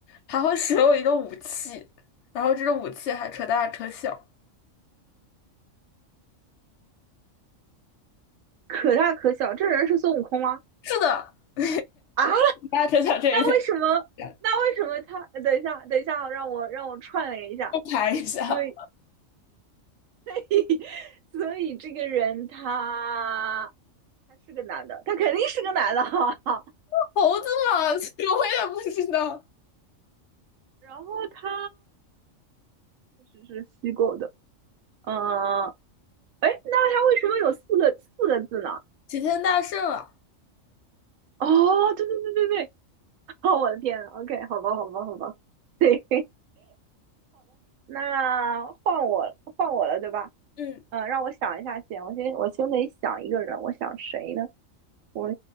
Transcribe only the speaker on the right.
可大可小。这人是孙悟空吗？
啊，
那为什么？
那为什么他？等一下，等一下，让我让我串联一下。
对，<laughs> 所以这个人他他是个男的，他肯定是个男的哈。
然后他确实是虚构的，嗯、呃，哎，那他为什么有四个四个字呢？
哦，对对对对对，<laughs> 哦，我的天呐，OK，好吧，好吧，好吧，对，那换我换我了，对吧？
嗯，让我想一下先，我先我先得想一个人，我想谁呢？我